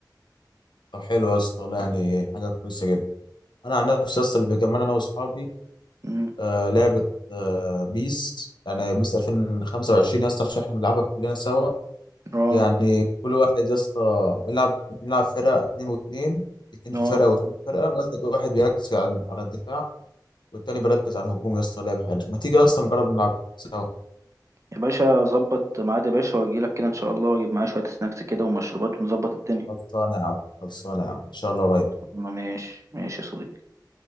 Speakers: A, on the left; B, on the right.
A: طب حلو يا اسطى والله يعني حاجه كويسه جدا انا عن نفسي اصلا اللي بيجمعنا انا واصحابي
B: امم
A: آه لعبه آه بيس يعني بيس 2025 يا اسطى عشان احنا بنلعبها كلنا سوا
B: اه
A: يعني كل واحد يا اسطى بنلعب بنلعب فرقه اتنين واتنين اتنين
B: اه
A: في فرقه واتنين في فرقه واحد واحد بيركز على على الدفاع والتاني بيركز على الهجوم يا اسطى لعبه حلوه ما تيجي اصلا نجرب نلعب سوا
B: يا باشا ظبط ميعاد يا باشا واجي لك كده ان شاء الله واجيب معايا شوية سناكس كده ومشروبات ونظبط الدنيا
A: خلصانه يا عم خلصانه يا عم ان شاء الله قريب
B: ماشي ماشي يا صديقي